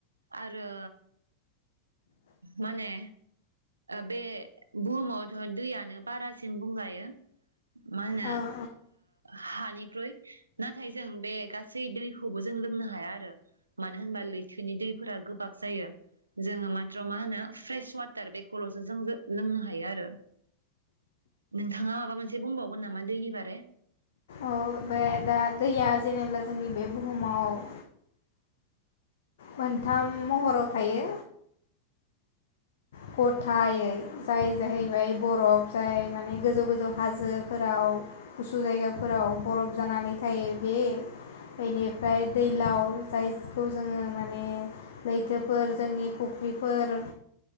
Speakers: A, on the right; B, on the left.
A: आरो माने बे बुहुमावथ' दैयानो बारासिन बुंजायो मा होनो
B: आं औ
A: हानिख्रुइ नाथाय जों बे गासै दैखौबो जों लोंनो हाया आरो मानो होनबा लैथोनि दैफोरा गोबाब जायो जोङो माथ्र' मा होनो फ्रेश वाटार तार बेखौल'सो जों लोंनो हायो आरो नोंथाङा माबा मोनसे बुंबावगोन नामा दैनि बारै
B: औ बे दा दैया जेनेबा जोंनि बे बुहुमाव मोनथाम महराव थायो गथायै जाय जाहैबाय बरफ जाय माने गोजौ गोजौ हाजोफोराव गुसु जायगाफोराव बरफ जानानै थायो बे बेनिफ्राय दैलाव जायखौ जोङो माने लैथोफोर जोंनि फुख्रिफोर